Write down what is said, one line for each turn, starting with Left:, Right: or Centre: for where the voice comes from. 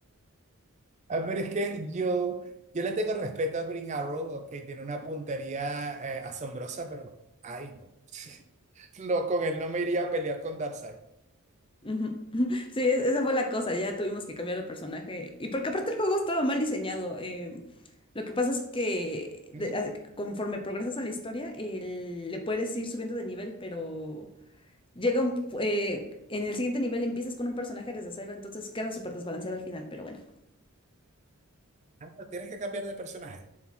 Right: Ah, pero es que yo, yo le tengo respeto a Green Arrow, que tiene una puntería eh, asombrosa, pero ay, no. <laughs> No, con él no me iría a pelear con Darkseid.
Left: Ujú, <laughs> ujú. Sí, e- esa fue la cosa, ya tuvimos que cambiar el personaje. Y porque aparte el juego estaba mal diseñado. eh, lo que pasa es que
Right: Ujú.
Left: de- a- conforme progresas en la historia, el- le puedes ir subiendo de nivel, pero llega un, eh, en el siguiente nivel empiezas con un personaje desde cero, entonces queda súper desbalanceado al final, pero bueno.
Right: Ah, Tienes que cambiar de personaje.